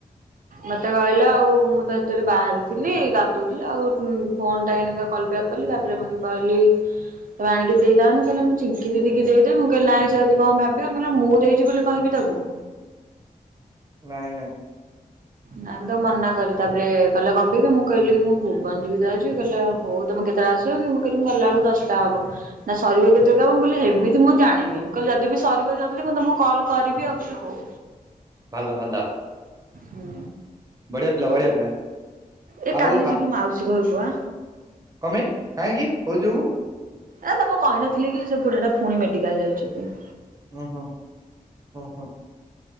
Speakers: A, on the right (about 65°); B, on the right (about 25°).
A: ମତେ କହିଲା ଆଉ ମୁଁ ତ ସେତେବେଳେ ବାହାରିଥିଲି ଗାଧଉଥିଲି ଆଉ ଉ ଫୋନ୍ ଟା ଏନେକା କଲ୍ ବ୍ୟାକ୍ କଲି ତାପରେ ମୁଁ କହିଲି ତବେ ଆଣିକି ଦେଇଥାଆନ୍ତି କହିଲା ମୁଁ ଚିଙ୍କି ଦିଦିକି ଦେଇଦେବି, ମୁଁ କହିଲ ନାହିଁ ସେ ଯଦି କଣ ଭାବିବେ? କଇଲା ମୁଁ ଦେଇଚି ବୋଲି କହିବି ଦବୁ।
B: ନାଇଁ, ନାଇଁ।
A: ନାଇଁ ମୁଁ ତାକୁ ମନା କଲି। ତା'ପରେ କହିଲା କଁ ପେକି? ମୁଁ କହିଲି ମୁଁ ଭୁବନ ଯିବି ତ ଆଜି, କହିଲା ଆଉ ହଉ ତମେ କେତଳେ ଆସିବ କି? ମୁଁ କହିଲି, ମୁଁ ଗଲାଅଳକୁ ଦଶଟା ହବ। ନା ସରିବ କେତେ କାମ? ମୁଁ କହିଲି ହେମିତି ମୁଁ ଜାଣିନି। ମୁଁ କହିଲି ଯଦି ବି ସରିବ ଜଲ୍ ଦି ମୁଁ ତମକୁ କଲ୍ କରିବି ଆଉ। ହେଲେ ହଉ।
B: ଭଲ ଭଲ,
A: ହୁଁ
B: ବଢିଆ ପିଲା, ବଢିଆ ପିଲା।
A: ଏ
B: ଆଉ
A: କାଲି ଯିବି
B: ଆପ୍,
A: ମାଉସୀ ଘରକୁ ଆ।
B: କଣପାଇଁ, କାହିଁକି, କୋଉଥ୍ ଯୋଗୁ?
A: ଏ ତମକୁ କହିନଥିଲି କି? ସେ ବୁଢାଟା ଫୁଣି ମେଡିକାଲ୍ ଯାଇଛିକି।
B: ଉଁ ହୁଁ, ହୁଁ, ହୁଁ।